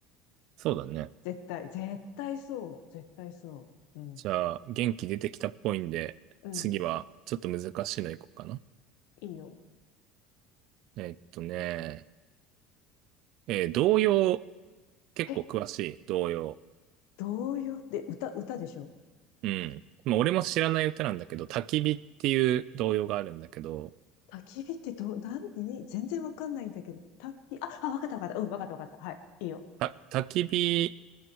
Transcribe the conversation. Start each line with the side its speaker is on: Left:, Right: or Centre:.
Right: そうだね。
Left: 絶対、絶対そう。絶対そう。うん。
Right: じゃあ、元気出てきたっぽいんで、
Left: うん。
Right: 次はちょっと難しいのいこうかな。
Left: いいよ。
Right: えっとね、えー童謡、結構詳しい、
Left: え、
Right: 童謡。
Left: 童謡って歌、歌でしょ
Right: うん。まあ、俺も知らない歌なんだけど、焚き火っていう童謡があるんだけど、
Left: 焚き火ってどう、なんに、全然わかんないんだけど。焚き、あ、あ、わかったわかった。うん、わかったわかった。はい。いいよ。
Right: た焚き火